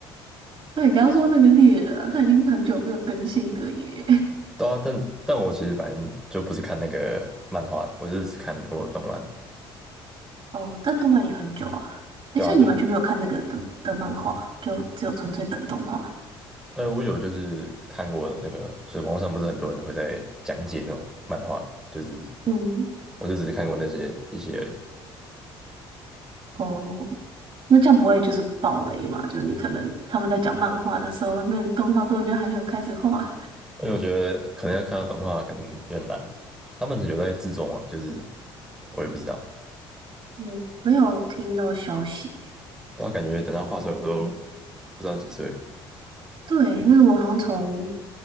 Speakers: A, on the right; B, in the centre.
A: 那你刚刚说那个猎人啊，他已经很久没有更新了耶。<laughs>
B: 对啊，但但我其实反正就不是看那个漫画的，我就是只看过动漫的。
A: 哦，但动漫也很久啊。
B: 对啊，
A: 诶，所以你完全没有看那个的的漫画，
B: 就是
A: 就只有纯粹等动画。
B: 呃，我有就是看过那个，就是网络上不是很多人会在讲解那种漫画，就是
A: 嗯，
B: 我就只是看过那些一些而已。
A: 哦，那这样不会就是暴雷嘛？就是你可能他们在讲漫画的时候，那个动画根本就还没有开始画。
B: 因为我觉得可能要看到动画，可能有点难。他们有在制作嘛？就是我也不知道，
A: 嗯，没有听到消息。
B: 但我感觉等他画出来，我都不知道几岁了。
A: 对，那个我好像从